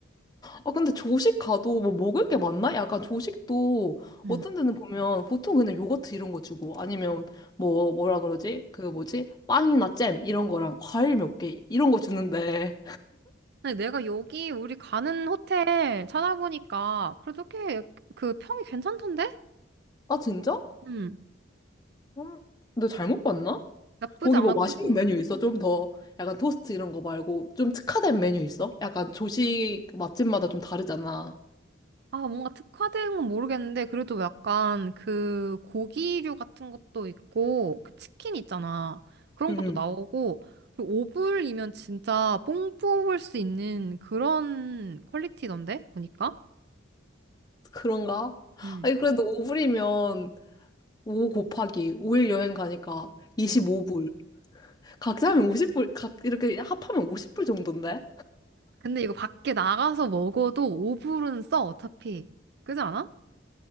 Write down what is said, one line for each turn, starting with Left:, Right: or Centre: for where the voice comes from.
Left: 아, 근데 조식 가도 뭐 먹을 게 많나? 약간 조식도
Right: 응.
Left: 어떤 데는 보면 보통 그냥 요거트 이런 거 주고 아니면 뭐, 뭐라 그러지? 그 뭐지? 빵이나 잼 이런 거랑 과일 몇 개 이런 거 주는데.
Right: 아니, 내가 여기 우리 가는 호텔 찾아보니까 그래도 꽤 그 평이 괜찮던데?
Left: 아, 진짜?
Right: 응
Left: 음, 너 잘못 봤나?
Right: 나쁘지
Left: 거기
Right: 않아.
Left: 뭐 맛있는
Right: 그리고
Left: 메뉴 있어? 좀 더 약간 토스트 이런 거 말고 좀 특화된 메뉴 있어? 약간 조식 맛집마다 좀 다르잖아.
Right: 아, 뭔가 특화된 건 모르겠는데, 그래도 약간 그 고기류 같은 것도 있고, 그 치킨 있잖아. 그런
Left: 응,
Right: 것도 나오고, 그리고 오불이면 진짜 뽕 뽑을 수 있는 그런 퀄리티던데, 보니까.
Left: 그런가?
Right: 응,
Left: 아니, 그래도 5불이면 5 곱하기 5일 여행 가니까 25불.
Right: 응.
Left: 각자 하면 50불, 각 이렇게 합하면 50불 정도인데?
Right: 근데 이거 밖에 나가서 먹어도 오불은 써, 어차피. 그지 않아?